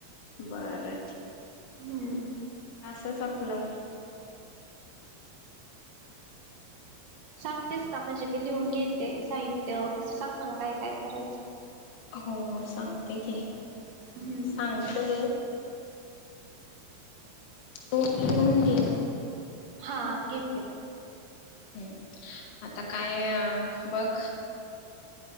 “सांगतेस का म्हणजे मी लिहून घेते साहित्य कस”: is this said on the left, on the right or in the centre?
Right